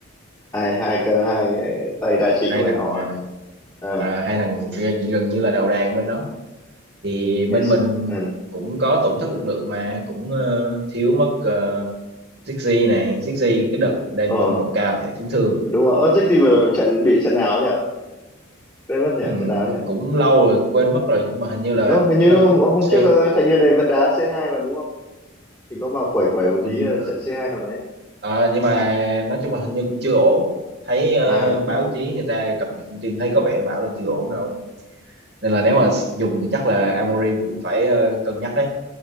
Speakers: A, on the left (about 20°); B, on the right (about 55°).
A: hai hai cơ hai tay đá chính
B: hai
A: của bên
B: thằng
A: họ ấy. À,
B: ờ, à, hai thằng g- gần như là đầu đàn bên đó thì bên
A: ngày xưa,
B: mình
A: ừ.
B: cũng có tổn thất lực lượng mà cũng ờ, thiếu mất ờ, Zixi này Zixi cái đợt đang
A: Ờ,
B: phong độ cao thì lại chấn thương
A: đúng rồi. Ơ Dích gì vừa rồi trận bị trận nào ấy nhỉ? Mình quên mất nhỉ,
B: Ừm,
A: trận nào ấy nhỉ?
B: cũng lâu rồi quên mất rồi nhưng mà hình như là
A: Đâu, hình
B: cũng
A: như
B: là
A: hôm,
B: cúp
A: hôm trước
B: C
A: ờ, thành viên này vẫn đá C2 mà đúng không? Thì có vào quẩy quẩy một
B: mình
A: tí ờ, trận C2 nào đấy.
B: Ờ, nhưng mà nói chung là hình như cũng chưa ổn thấy ờ,
A: À,
B: báo chí người ta cập nhật thông tin thấy có vẻ bảo là chưa ổn đâu nên là nếu mà dùng thì chắc là Amorim cũng phải ờ, cân nhắc đấy